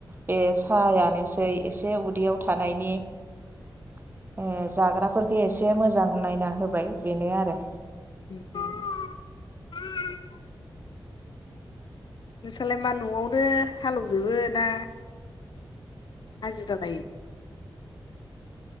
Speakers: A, on the right; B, on the left.
A: बे साहायानोसै एसे उदैयाव थानायनि ए जाग्राफोरखो एसे मोजां नायना होबाय बेनो आरो।
B: उम <unintelligible> नोंसालाय मा न'आवनो हाल एवजोबो ना <unintelligible>